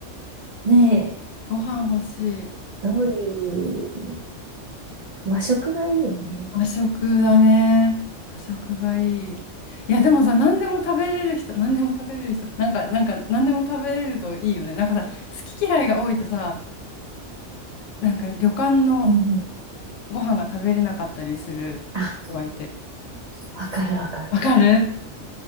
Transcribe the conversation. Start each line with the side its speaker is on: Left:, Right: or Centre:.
Right: ねえ、
Left: ご飯欲しい。
Right: どういう、和食がいいよね。
Left: 和食だね。和食がいい。いや、でもさ、何でも食べれる人、何でも食べれる人、なんか、なんか、何でも食べれるといいよね。なんかさ、好き嫌いが多いとさ、なんか旅館の
Right: うんうん。
Left: ご飯が食べれなかったりする人がいて。
Right: あ、わかるわかる。
Left: わかる